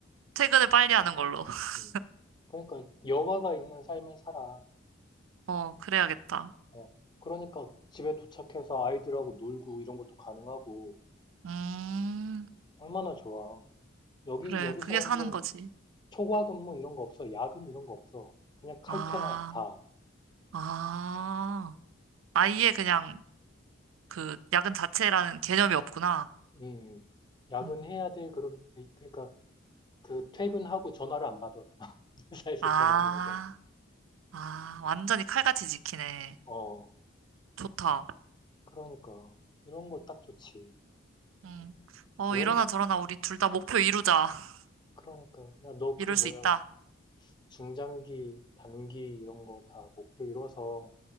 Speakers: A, on the right; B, on the left.
A: 퇴근을 빨리 하는 걸로. <laughs>
B: 음. 그러니까 여가가 있는 삶을 살아.
A: 어, 그래야겠다.
B: 어. 그러니까 집에 도착해서 아이들하고 놀고 이런 것도 가능하고
A: 음,
B: 얼마나 좋아. 여기
A: 그래.
B: 여기
A: 그게
B: 사람들은
A: 사는 거지.
B: 초과 근무 이런 거 없어. 야근 이런 거 없어. 그냥 칼퇴야,
A: 아,
B: 다.
A: 아. 아예 그냥 그 야근 자체라는 개념이 없구나.
B: 음, 야근해야
A: 음.
B: 돼. 그럼, 아니, 그러니까, 그 퇴근하고 전화를 안 받아. <laughs> 회사에서
A: 아,
B: 전화를 해도.
A: 아. 완전히 칼같이 지키네.
B: 어,
A: 좋다.
B: 그러니까. 이런 거 딱 좋지.
A: 응 어,
B: 이런,
A: 이러나
B: 어,
A: 저러나 우리 둘 다 목표 이루자. <laughs>
B: 그러니까. 야, 너 그
A: 이룰
B: 뭐야,
A: 수 있다.
B: 중장기, 단기 이런 거 다 목표 이뤄서